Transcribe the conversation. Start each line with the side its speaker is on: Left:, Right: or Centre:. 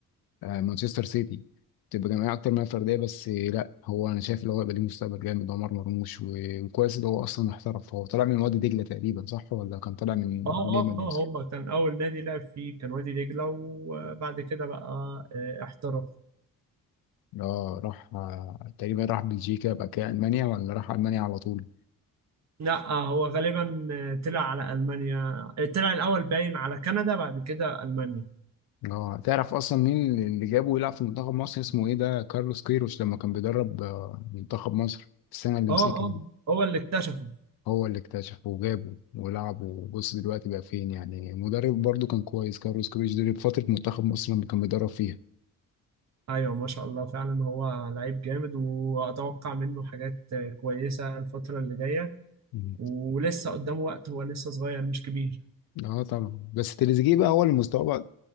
Left: آه مانشستر سيتي بتبقى جماعيه اكتر من فرديه بس لا هو انا شايف اللي هو يبقى ليه مستقبل جامد عمر مرموش و- وكويس اللي هو اصلا احترف هو طالع من وادي دجله تقريبا صح ولا كان طالع من
Right: اه اه
Left: ليه من
Right: اه
Left: مصر
Right: هو كان اول نادي لعب فيه كان وادي دجلة وبعد كده بقى آه، احترف
Left: اه راح آه، تقريبا راح بلجيكا بقى كده المانيا ولا راح المانيا على طول
Right: لا آه، هو غالبا آه، طلع على المانيا آه، طلع الاول باين على كندا بعد كده المانيا
Left: اه تعرف اصلا مين اللي جابه يلعب في منتخب مصر اسمه ايه ده كارلوس كيروش لما كان بيدرب آه، منتخب مصر السنه اللي
Right: اه
Left: مسكها
Right: اه
Left: دي
Right: هو اللي اكتشفه
Left: هو اللي اكتشفه وجابه ولعبه وبص دلوقتي بقى فين يعني مدرب برضو كان كويس كارلوس كيروش دي فتره منتخب مصر لما كان بيدرب فيها
Right: ايوه ما شاء الله فعلا هو لعيب جامد واتوقع منه حاجات كويسه الفتره اللي جايه
Left: مم.
Right: ولسه قدامه وقت هو لسه صغير مش كبير
Left: اه طبعا بس تريزيجيه بقى هو اللي مستواه بقى